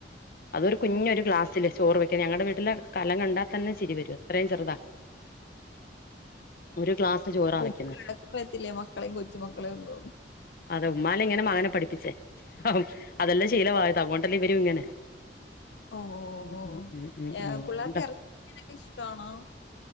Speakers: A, on the left (about 55°); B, on the left (about 80°).
A: അതൊരു കുഞ്ഞൊരു
B: ഓ
A: ഗ്ലാസില് ചോറ് വെക്കുന്ന് ഞങ്ങളടെ വീ ട്ടില് കലം കണ്ടാ തന്നെ ചിരി വരും അത്രയും ചെറുതാ ഒരു ഗ്ലാസ് ചോറാ
B: ഓ
A: വെക്കുന്നെ
B: വഴക്ക് പറയത്തില്ലേ മക്കളെയും കൊച്ചുമക്കളെയും ഒന്നും
A: അതെ ഉമ്മാല ഇങ്ങനെ മകനെ പഠി പ്പിച്ചേ അതെല്ലാം ശീലമായാതാ അതോണ്ടല്ലേ ഇവരും ഇങ്ങനെ
B: ഓ ഓ
A: ഉം ഉം ഉം ഉം
B: ഓ
A: ഉം
B: പുള്ളർക്ക്
A: അതുകൊണ്ടാ
B: ഇറച്ചിമീനൊക്കെ ഇഷ്ടാണോ